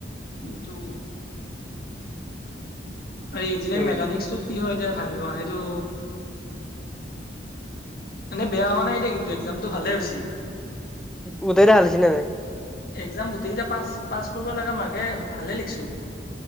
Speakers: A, on the left; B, in the centre.
A: কিন্তু এই ইঞ্জিনিয়াৰ
B: উম
A: মেকানিকচটোত কি হয় এতিয়া ভাবিব এইটো। মানে বেয়া হোৱা নাই দেই কিন্তু একজামটো, ভালে হৈছি।
B: গোটেইগিতা ভাল হৈছি না
A: একজাম গোটেইকেইটা পাছ-পাছ কৰিব লাগে মাঘে ভালে লিখিছো।